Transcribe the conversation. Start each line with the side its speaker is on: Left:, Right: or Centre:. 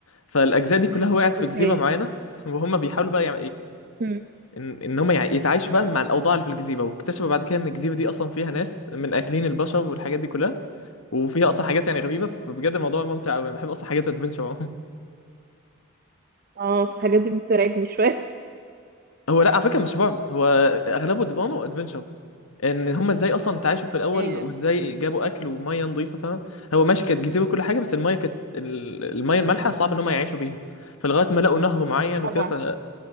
Left: فالاجزاء دي كلها وقعت في
Right: اوكي
Left: جزيره معينه وهم بيحاولوا بقى
Right: امم
Left: ان ان هم يع- يتعايشوا بقى مع الاوضاع اللي في الجزيره واكتشفوا بعد كده ان الجزيره دي اصلا فيها ناس من اكلين البشر والحاجات دي كلها وفيها اصلا حاجات يعني غريبه فبجد الموضوع ممتع قوي انا بحب اصلا حاجات ادفنشر عموما
Right: اه بس الحاجات دي بترعبني شويه
Left: <laughs> هو لا على فكره مش رعب هو اغلبه دراما وادفنشر ان هم ازاي اصلا تعايشوا في الاول
Right: ايه
Left: وازاي جابوا اكل وميه نظيفه فاهم هو ماشي كانت جزيره وكل حاجه بس الميه كانت ال- الميه المالحه صعب ان هم يعيشوا بيها فلغايه ما لقوا نهر معين
Right: طبعا
Left: وكده